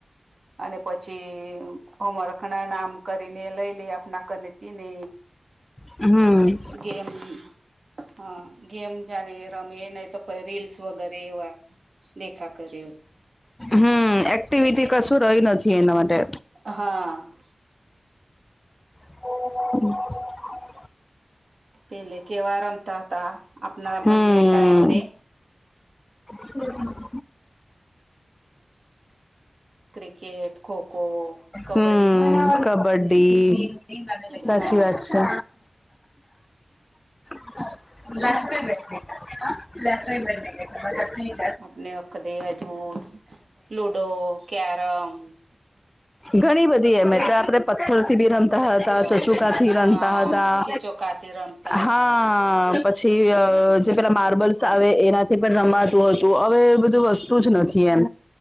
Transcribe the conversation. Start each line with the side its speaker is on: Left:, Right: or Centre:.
Right: અને પછી અમરખના નામ કરીને લય લે આપના કરીને
Left: હમમ
Right: ગેમ હ ગેમ જાને રમીએ નહી તો પર રીલ્સ વગેરે એવા દેખા કર્યું.
Left: હમમ એક્ટિવિટી કશું રહી નથી. એના માટે
Right: હા આ
Left: <inaudible>
Right: પેલે કેવા રમતા હતા. આપના
Left: હમ
Right: માજે ટાઈમને
Left: હ <inaudible>
Right: ક્રિકેટ ખોખો કબડ્ડી
Left: હમમ કબડ્ડી સાચી
Right: હા
Left: વાત છે. <unintelligible>
Right: આપને આખડે <unintelligible> લુડો કેરમ
Left: ઘણી બધી એમ, એટલે આપડે પથથર થી બી રમ હતા
Right: ચ
Left: ચચુંકા થી
Right: હા
Left: રમતા હતા.
Right: ચીચોકાતી રમતા હતા
Left: હા આ પછી
Right: એવું
Left: જ પેલા માર્બલ્સ આવે. એનાથી પણ રમાતું હતું. હવે એ બધું વસ્તુ જ નથી એમ,